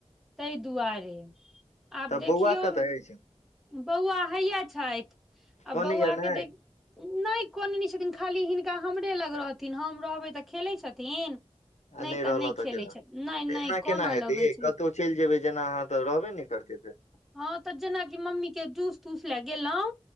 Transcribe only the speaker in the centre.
ताहि दुआरे आब
देखियौ
बौआ हैया छथि आ
बौआ
के देख नहि कनैय नहि छथि छथिन खाली हिनका हमरे लग रहथिन हम रहबै तऽ खेलैत छथिन
नहि तऽ
नहि खेलै
छै नहि
नहि
कानऽ
लगै
छै
हँ तऽ जेनाकि मम्मी के जूस तूस लए गेलहुँ